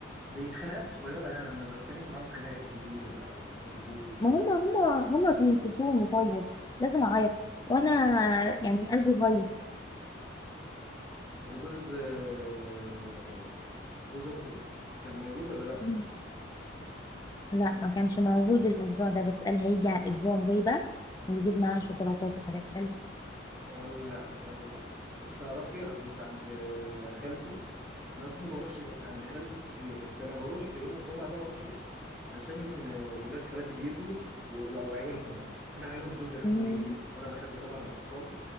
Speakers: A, in the centre; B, on the left.
A: دي خناقات صغيره يعني اما لو اتخانقت معاهم خناقه كبيره بقى وضربوك وكده
B: ما هم هم هم بينكشوني طيب لازم اعيط وانا يعني قلبي بايظ
A: طب وجوز آه، جوز اختك كان موجود ولا لا
B: مم. لا ما كانش موجود الاسبوع ده بس قال هيجي على الاسبوع الجاي بقى ويجيب معاه شوكولاتات وحاجات حلوه
A: ولا ولا انت تعرفي انا كنت عند خالتي انا اساسا ما بروحش غ- عند خالتي كتير بس انا بروح في يوم الجمعه ده مخصوص علشان ولاد خالتي بيجوا و- و- وعيالهم بقى انا عيالهم دول بيحبوني
B: مم.
A: جدا وانا بحب طبعا الاطفال